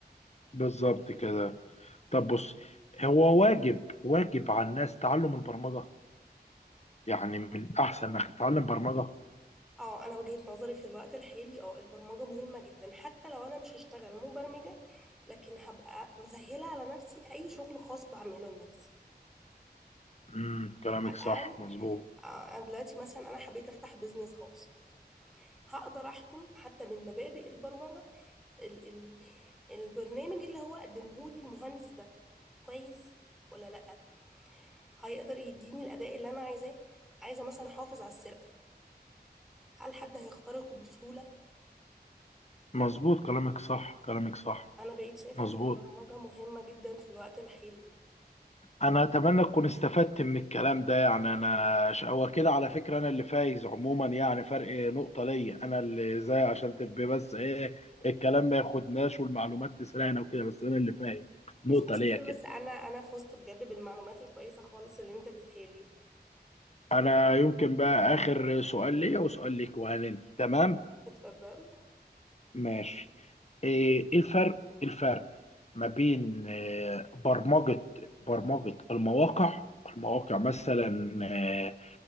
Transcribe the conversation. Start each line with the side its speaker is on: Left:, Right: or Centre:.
Left: بالظبط كده طب بص هو واجب واجب على الناس تعلم البرمجة يعني من أحسن إنك تتعلم برمجة
Centre: اه انا وجهة نظري في الوقت الحالي اه البرمجة مهمة جدا حتى لو انا مش هشتغل مبرمجة لكن هبقى مسهلة على نفسي اي شغل خاص بعمله لنفسي
Left: امم كلامك
Centre: على الاقل
Left: صح مظبوط
Centre: آه انا دلوقتي مثلا انا حبيت افتح بيزنس خاص هقدر احكم حتى من مبادئ البرمجة ال ال البرنامج اللي هو قدمه لي المهندس ده كويس ولا لا هيقدر يديني الاداء اللي انا عايزاه عايزه مثلا احافظ على السرقه هل حد هيخترقه بسهوله
Left: مظبوط كلامك صح كلامك صح
Centre: انا بقيت شايفه
Left: مظبوط
Centre: ان البرمجه مهمه جدا في الوقت الحالي
Left: أنا أتمنى أكون استفدت من الكلام ده يعني أنا ش- هو كده على فكرة أنا اللي فايز عموما يعني فرق نقطة ليا أنا اللي زي عشان تبقى بس إيه الكلام ما ياخدناش والمعلومات تسرقنا وكده بس أنا اللي فايز نقطة
Centre: مش مشكله
Left: ليا كده
Centre: بس انا انا فزت بجد بالمعلومات الكويسه خالص اللي انت اديتها لي
Left: أنا يمكن بقى آخر سؤال ليا وسؤال ليك وهننهي تمام
Centre: اتفضل
Left: ماشي ايه إيه الفرق الفرق ما بين آه، برمجة برمجة المواقع المواقع مثلا آه،